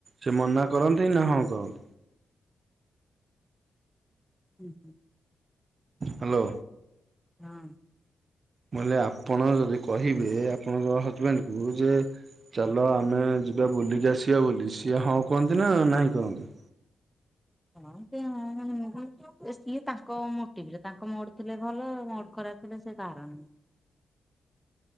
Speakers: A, on the right; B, in the centre.
A: ସେ ମନା କରନ୍ତି ନା ହଁ କରନ୍ତି।
B: ହୁଁ ହୁଁ।
A: ହାଲୋ।
B: ହଁ।
A: ମୁଁ କହିଲି ଆପଣଙ୍କ ଯଦି କହିବେ ଆପଣଙ୍କ ହଜବେଣ୍ଡକୁ ଯେ ଚାଲ ଆମେ ଯିବା ବୁଲିକି ଆସିବା ବୋଲି ସିଏ ହଁ କୁହନ୍ତି ନା ନାହିଁ କହନ୍ତି?
B: ହଁ ସେ ହଁ ଏମିତି ସିଏ ତାଙ୍କ ମୋଟିଭରେ ତାଙ୍କ ମୋଡ ଥିଲେ ଭଲ ମୋଡ ଖରାପ ଥିଲେ ସେ କାହାର ନୁହଁ।